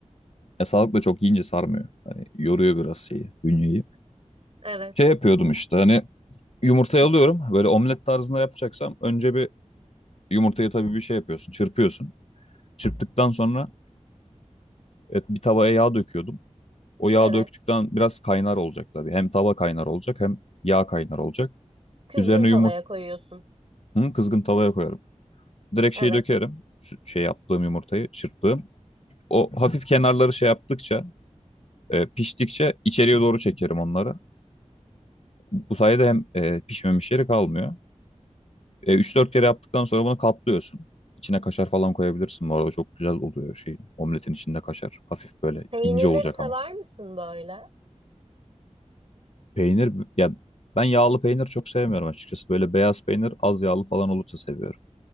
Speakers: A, on the left; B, on the right.
A: ya sağlıkla çok yiyince sarmıyor. Hani yoruyor biraz şeyi, bünyeyi.
B: Evet,
A: Şey yapıyordum işte hani yumurtayı alıyorum. Böyle omlet tarzında yapacaksam önce bir yumurtayı tabii bir şey yapıyorsun, çırpıyorsun. Çırptıktan sonra evet, bir tavaya yağ döküyordum. O yağı
B: evet.
A: döktükten biraz kaynar olacak tabii. Hem tava kaynar olacak hem yağ kaynar olacak.
B: Kızgın
A: Üzerine
B: tavaya
A: yumurta
B: koyuyorsun.
A: kızgın tavaya koyarım. Direkt
B: Evet.
A: şeyi dökerim. Sü- Şey yaptığım yumurtayı çırptığım. O hafif kenarları şey yaptıkça e, piştikçe içeriye doğru çekerim onları. Bu sayede hem e, pişmemiş yeri kalmıyor. E, 3-4 kere yaptıktan sonra bunu katlıyorsun. İçine kaşar falan koyabilirsin bu arada çok güzel oluyor şey omletin içinde kaşar. Hafif böyle
B: Peynirleri
A: ince olacak
B: sever
A: ama.
B: misin böyle?
A: Peynir ya ben yağlı peynir çok sevmiyorum açıkçası. Böyle beyaz peynir az yağlı falan olursa seviyorum.